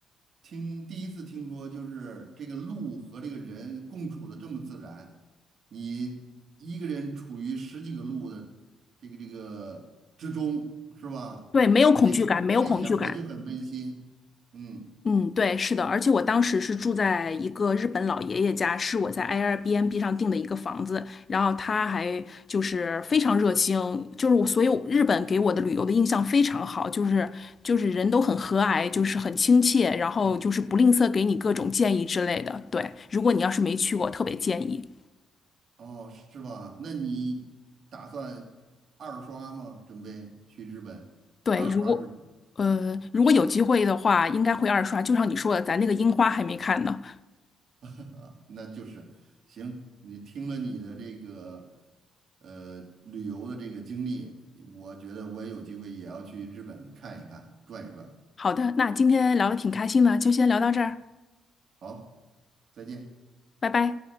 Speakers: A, on the right; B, on the left.
A: 听第一次听说，就是这个鹿和这个人共处的这么自然。你一个人处于十几个鹿的这个这个之中，是吧？
B: 对，没有恐惧感，
A: 你这个画面想着就很温馨。
B: 没有恐惧感。”
A: 嗯，
B: 嗯，对，是的，而且我当时是住在一个日本老爷爷家，是我在 Airbnb 上订的一个房子，然后他还就是非常热情，就是我，所以我日本给我的旅游的印象非常好，就是就是人都很和蔼，就是很亲切，然后就是不吝啬给你各种建议之类的。对，如果你要是没去过，特别建议。
A: 哦，是吧？那你打算二刷吗？准备去日本二刷日本？
B: 对，如果呃如果有机会的话，应该会二刷，就像你说的，咱那个樱花还没看呢。
A: <laughs> 啊，那就是行。你听了你的这个呃旅游的这个经历，我觉得我也有机会也要去日本看一看，转一转。
B: 好的，那今天聊的挺开心的，就先聊到这儿，
A: 好，再见。
B: 拜拜。